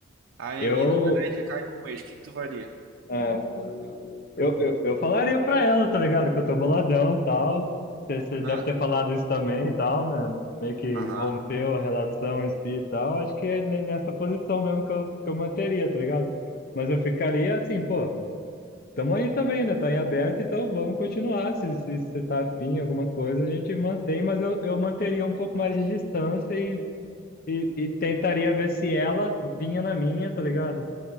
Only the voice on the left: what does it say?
eu,
é, Eu, eu, eu falaria pra ela, tá ligado? Que eu tô boladão e tal. Você você
deve ter falado isso também e tal, né? Meio que
rompeu a relação em si e tal. Acho que é ne- nessa posição mesmo que eu, que eu manteria, tá ligado? Mas eu ficaria assim, pô, tamo aí também, né? Tá em aberto, então vamos continuar. Se, se, se você tá afim, alguma coisa, a gente mantém, mas eu, eu manteria um pouco mais de distância e, e, e tentaria ver se ela vinha na minha, tá ligado?